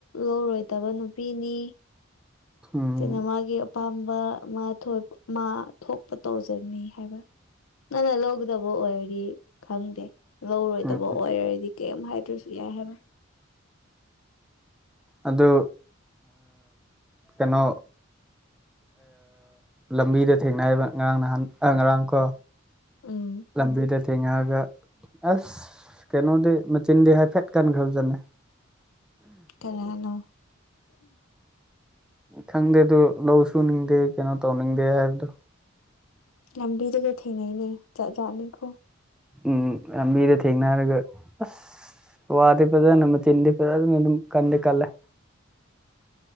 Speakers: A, on the left (about 85°); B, in the centre.
A: ꯂꯧꯔꯣꯏꯗꯕ ꯅꯨꯄꯤꯅꯤ
B: ꯎꯝ
A: ꯑꯗꯨꯅ ꯃꯥꯒꯤ ꯑꯄꯥꯝꯕ ꯃꯥ ꯃꯥ ꯊꯣꯛꯄ ꯇꯧꯖꯅꯤ ꯍꯥꯏꯕ ꯅ ꯅ ꯂꯧꯒꯗꯕ ꯑꯣꯏꯔꯗꯤ ꯈꯪꯗꯦ ꯂꯧꯔꯣꯏꯗꯕ
B: ꯎꯝ
A: ꯑꯣꯏꯔꯔꯗꯤ ꯀꯩꯝ ꯍꯥꯏꯗ꯭ꯔꯁꯨ ꯌꯥꯏ ꯍꯥꯏꯕ
B: ꯑꯗꯨ ꯀꯩꯅꯣ ꯂꯝꯕꯤꯗ ꯊꯦꯡꯅꯕ ꯉꯔꯥꯡ ꯅꯍꯥꯟ ꯉꯔꯥꯡ ꯀꯣ
A: ꯎꯝ
B: ꯂꯝꯕꯤꯗ ꯊꯦꯡꯉꯛꯑꯒ ꯑꯁ ꯀꯩꯅꯣꯗꯤ ꯃꯆꯤꯟꯗꯤ ꯍꯥꯏꯐꯦꯠ ꯀꯟꯈ꯭ꯔꯕꯖꯠꯅꯤ
A: ꯀꯩꯅꯅꯣ
B: ꯈꯪꯗꯦ ꯑꯗꯨ ꯂꯧ ꯁꯨꯅꯤꯡꯗꯦ ꯀꯩꯅꯣ ꯇꯧꯅꯤꯡꯗꯦ ꯍꯥꯏꯕꯗꯣ
A: ꯂꯝꯕꯤꯗꯨꯁꯨ ꯊꯦꯡꯅꯩꯅꯦ ꯖꯥꯠ ꯥꯖꯥꯠꯅꯤꯀꯣ
B: ꯎꯝ ꯂꯝꯕꯤꯗ ꯊꯦꯡꯅꯔꯒ ꯑꯁ ꯋꯥꯗꯤꯄꯗ ꯅꯝꯕ ꯆꯤꯤꯄꯗꯅꯝ ꯀꯟꯗꯨ ꯀꯜꯂꯦ